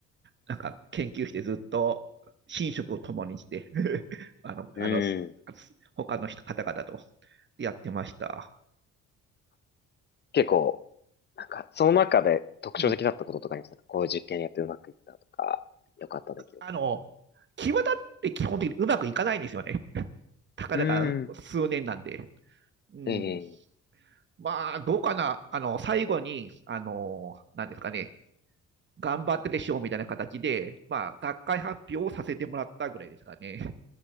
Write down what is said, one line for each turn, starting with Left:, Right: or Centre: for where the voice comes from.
Right: なんか研究してずっと寝食を共にして <laughs> あの、
Left: <laughs> うん。
Right: あの、他の人方々とやってました。
Left: 結構、なんか、その中で特徴的だったこととかありますかこういう実験やってうまくいったとか、
Right: うん。
Left: 良かった出来事。
Right: あの、際立って基本的にうまくいかないんですよね。たかだか数年なんで。
Left: うん。
Right: うん。
Left: ええ
Right: まあ、どうかな。あの、最後に、あの、なんですかね。頑張ってでしょうみたいな形で、まあ、学会発表をさせてもらったぐらいですかね。